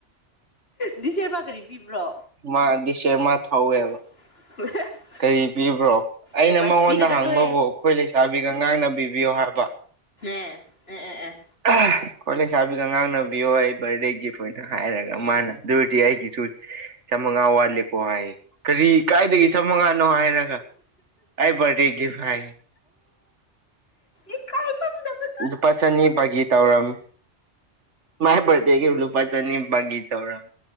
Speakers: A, on the left; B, on the right.
A: ꯗꯤꯁ ꯏꯔ ꯃꯥ ꯀꯔꯤ ꯄꯤꯕ꯭ꯔꯣ
B: ꯃꯥ ꯗꯤꯁ ꯏꯔ ꯃꯥ ꯊꯧꯋꯦꯕ
A: <unintelligible>
B: ꯀꯔꯤ ꯄꯤꯕ꯭ꯔꯣ ꯑꯩꯅ
A: ꯑꯦꯗꯚꯥꯏꯁ
B: ꯃꯉꯣꯟꯗ
A: ꯄꯤꯔꯒ
B: ꯍꯪꯕꯕꯨ
A: ꯇꯣꯛꯑꯦ
B: ꯑꯩꯈꯣꯏ ꯂꯩꯁꯥꯕꯤꯒ ꯉꯥꯡꯅꯕꯤꯕꯤꯌꯣ ꯍꯥꯏꯕ
A: ꯑꯦ ꯑꯦ ꯑꯦ ꯑꯦ
B: ꯑꯩꯈꫭꯏ ꯂꯩꯁꯥꯕꯤꯗ ꯉꯥꯡꯅꯕꯤꯌꯨ ꯑꯩ ꯕꯥꯔꯗꯦ ꯒꯤꯐ ꯑꯣꯏꯅ ꯍꯥꯏꯔꯒ
A: ꯎꯝ
B: ꯃꯥꯅ ꯗꯨꯒꯤ ꯑꯩꯒꯤꯁꯨ ꯆꯝꯃꯪꯉꯥ ꯋꯥꯠꯂꯤꯀꯣ ꯍꯥꯏ ꯀꯔꯤ ꯀꯥꯏꯗꯒꯤ ꯃꯪꯉꯥ ꯅꯨꯡꯉꯥꯏꯔꯒ ꯑꯩ ꯕꯥꯔꯗꯦ ꯒꯤꯐ ꯍꯥꯏꯌꯦ
A: ꯏꯀꯥꯏ ꯈꯪꯗꯕ
B: ꯂꯨꯄꯥ ꯆꯅꯤ ꯕꯒꯤ ꯇꯧꯔꯝ ꯃꯥꯥꯏ ꯕꯥꯔꯗꯦꯒꯤ ꯂꯨꯄꯥ ꯆꯅꯤ ꯕꯒꯤ ꯇꯧꯔꯝ